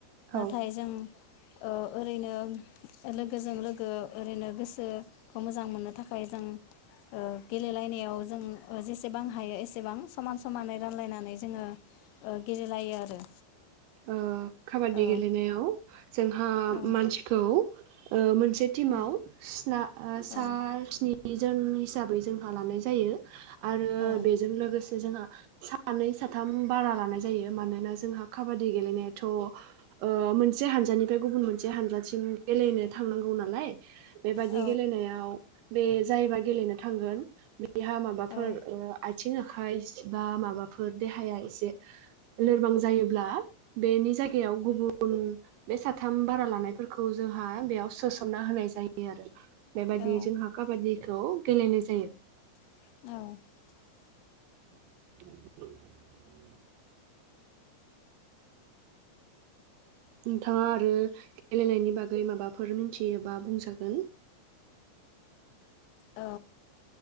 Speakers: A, on the left; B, on the right.
A: नाथाय
B: औ
A: जों ओरैनो लोगोजों लोगो ओरैनो गोसोखौ मोजां मोननो थाखाय जों गेलेलायनायाव जों जेसेबां हायो एसेबां समान समानै रानलायनानै जोङो गेलेलायो आरो
B: ओ काबादि
A: औ
B: गेलेनायाव जों हा
A: औ
B: मानसिखौ ओ मोन मोनसे टिमआव
A: औ
B: सिना सा
A: औ
B: स्नि निजोन हिसाबै जोंहा लानाय जायो आरो
A: औ
B: बेजों लोगोसे जोंहा सानै साथाम बारा लानाय जायो मानोना जोंहा काबादि गेलेनायाथ' ओ मोनसे हानजानिफ्राय गुबुन मोनसे हानजाथिम गेलेनो थांनांगौ नालाय बेबायाददि
A: औ
B: गेलेनायाव बे जायोबा गेलेनो थांगोन बे बेहा माबाफोर
A: औ
B: ओ आइ थिं आखाय सि बा माबाफोर देहाया एसे लोरबां जायो ब्ला बेनि जायगायाव गुबुन बे साथाम बारा लानायफोरखौ जोंहा बेयाव सोसन्ना होनाय जायोआरो। बेबाददि
A: औ
B: जोंहा काबादि खौ गेलेनाय जायो।
A: औ
B: <inaudible> नोंथाङ आरो गेलेनायनि बागै माबाफोर मिथियोबा बुंजागोन।
A: औ